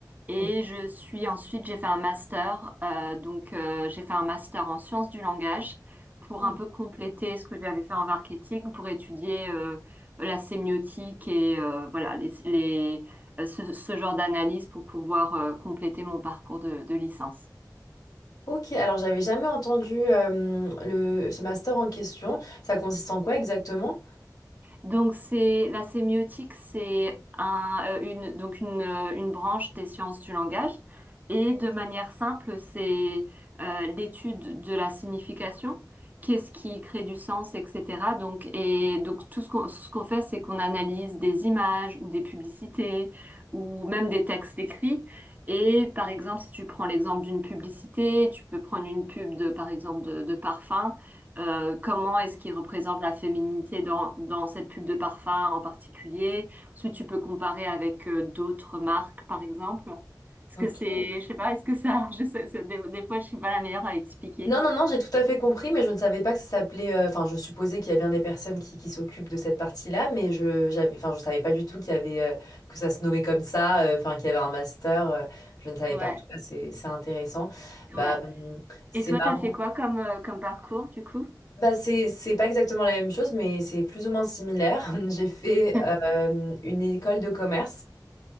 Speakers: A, on the right; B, on the left.
A: Et
B: O-
A: je suis ensuite, j'ai fait un master. euh, donc, euh, j'ai fait un master en sciences du langage pour
B: ah,
A: un peu compléter ce que j'avais fait en marketing, pour étudier euh, la sémiotique et euh, voilà les, les- euh, ce, ce genre d'analyse pour pouvoir euh, compléter mon parcours de, de licence.
B: Ok, alors j'avais jamais entendu euh, le, ce master en question. Ça consiste en quoi exactement?
A: Donc c'est la sémiotique, c'est un, euh, une donc une, euh, une branche des sciences du langage et de manière simple, c'est euh, l'étude de la signification, qu'est-ce qui crée du sens, etc. Donc et donc tout ce qu'on ce qu'on fait, c'est qu'on analyse des images ou des publicités ou même des textes écrits. Et par exemple, si tu prends l'exemple d'une publicité, tu peux prendre une pub de par exemple de, de parfum. Euh, comment est-ce qu'il représente la féminité dans, dans cette pub de parfum en particulier? Ensuite, tu peux comparer avec euh, d'autres marques, par exemple. Est-ce
B: Ok.
A: que c'est, je sais pas, est-ce que ça, <laughs> je sais, c'est- des, des fois, je suis pas la meilleure à expliquer.
B: Non, non, non, j'ai tout à fait compris, mais je ne savais pas que ça s'appelait. euh, Enfin, je supposais qu'il y a bien des personnes qui, qui s'occupent de cette partie-là, mais je, j'avais, enfin, je savais pas du tout qu'il y avait euh, que ça se nommait comme ça. euh, Enfin, qu'il y avait un master. euh, je ne savais
A: Ouais,
B: pas. En tout cas, c'est c'est intéressant. Bah,
A: ouais.
B: hum, c'est
A: Et toi, t'as
B: marrant.
A: fait quoi comme, euh, comme parcours, du coup?
B: Bah, c'est c'est pas exactement la même chose, mais c'est plus ou moins similaire. <laughs> J'ai fait
A: <laughs>
B: euh, une école de commerce.